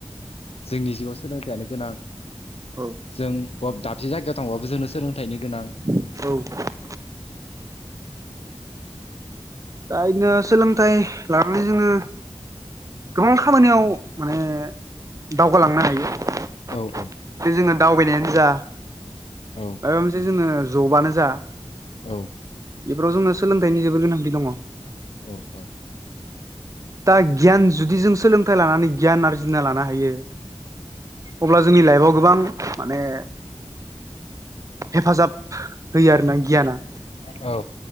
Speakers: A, on the left; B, on the right.
A: जोंनि जिउआव सोलोंथाइयानो गोनां
B: औ
A: जों ब- दाबसे जायगायाव थांबाबो जोंनो सोलोंथाइनि गोनां।
B: औ दा इदिनो सोलोंथाइ लानानै जोङो गोबां खामानियाव माने दावगालांनो हायो।
A: औ औ
B: बे जोङो दावबायनायानो जा
A: औ
B: माबा मोनसे जोङो जबानो जा।
A: औ
B: इफोराव जोंनो सोलोंथाइनि जोबोर गोनांथि दङ।
A: औ औ
B: दा गियान जुदि जों सोलोंथाइ लानानै गियान आरजिना लानो हायो अब्ला जोंनि लाइफआव गोबां माने हेफाजाब होयो आरोना गियाना।
A: औ